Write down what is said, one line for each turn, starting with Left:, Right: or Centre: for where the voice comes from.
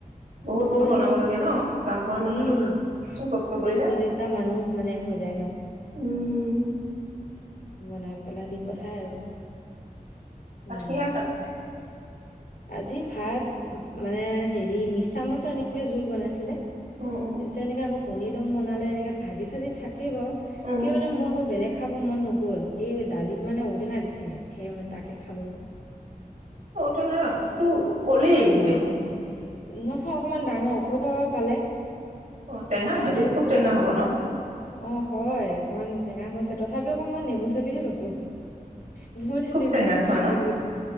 Right: বহুত
Left: সিহঁতক
Right: বহুত বনাব
Left: আকৌ
Right: লাগে ন? কাম কৰা মানুহেতো
Left: উম,
Right: চোন কষ্ট কৰিলে
Left: বিশ পঁচিশটা মানুহ মানে হৈ যায় ন?
Right: উম
Left: বনাই পেলাই দি পঠাই আৰু।
Right: ভাত
Left: উম
Right: কিহে খালি
Left: আজি ভাত মানে হেৰি, মিছামাছৰ এনেকে জোল বনাইছিলে তাছত
Right: উম উম
Left: এনেকৈ আকৌ কণী দম বনালে, এনেকে ভাজি চাজি থাক কেই বাৰু,
Right: উম
Left: কি মানে মই আকৌ বেলেগ খাব মন নগ'ল। এই দালিত মানে ঔটেঙা দিছিলে, সেয়ে মই তাকে খালো
Right: টেঙা টো কৰি দেখোন
Left: নহয় অকমান ডাঙৰ। ক'ৰ পা বা পালে
Right: অ', টেঙা
Left: বিচাৰি
Right: হয়তো, খুব
Left: খুচাৰি
Right: টেঙা হ'ব ন?
Left: অ, হয়, অকমান টেঙা হৈছে। তথাপিও আকৌ মই নেমু চেপিহে লৈছো। মোৰ মানে
Right: খুব
Left: নেমুটো
Right: টেঙা খোৱা
Left: লাগিবই,
Right: ন